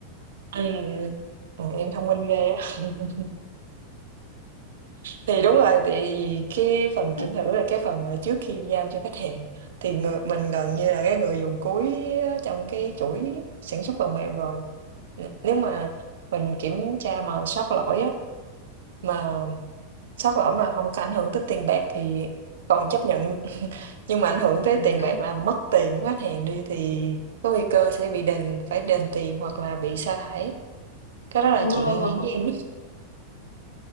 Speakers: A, on the right; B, on the left.
A: ừm, <laughs> em thông minh ghê á. <laughs> Thì đúng rồi, tại vì cái
B: <laughs>
A: phần kiểm thử là cái phần mà trước khi giao cho khách hàng, thì người mình gần như là cái người dùng cuối á, trong cái chuỗi sản xuất phần mềm rồi. N nếu mà mình kiểm tra mà sót lỗi á, mà sót lỗi mà không có ảnh hưởng tới tiền bạc thì còn chấp nhận, <laughs> nhưng mà ảnh hưởng tới
B: À.
A: tiền bạc là mất tiền của khách hàng đi thì có nguy cơ sẽ bị đền phải đền tiền hoặc là bị sa thải, cái đó là
B: Wow.
A: chuyện dĩ nhiên.